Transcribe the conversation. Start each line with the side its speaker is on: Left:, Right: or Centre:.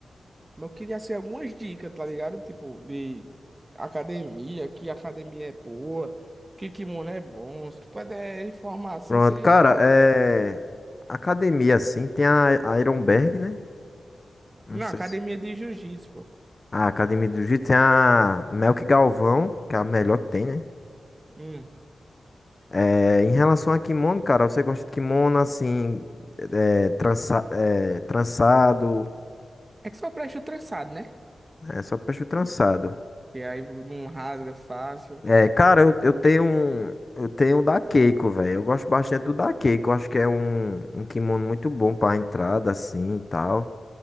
Right: mas eu queria assim algumas dicas, tá ligado? Tipo, de academia, que academia é boa, que kimono é bom. Se tu puder informar assim,
Left: Pronto,
Right: seria
Left: cara,
Right: da hora.
Left: é. Academia, assim, tem a a Ironberg, né? Não
Right: Não,
Left: sei
Right: academia
Left: se.
Right: de jiu-jitsu, pô.
Left: A Academia do Jiu-Jitsu tem a Melk Galvão, que é a melhor que tem, né?
Right: Hum.
Left: É, em relação a kimono, cara, você gosta de kimono assim, é, trança- é, trançado,
Right: É que só presta o trançado, né?
Left: é só peixe trançado.
Right: E aí não rasga fácil.
Left: É, cara, eu, eu tenho um, eu tenho um da Keiko, velho. Eu gosto bastante do da Keiko. Eu acho que é um, um kimono muito bom pra entrada, assim, e tal.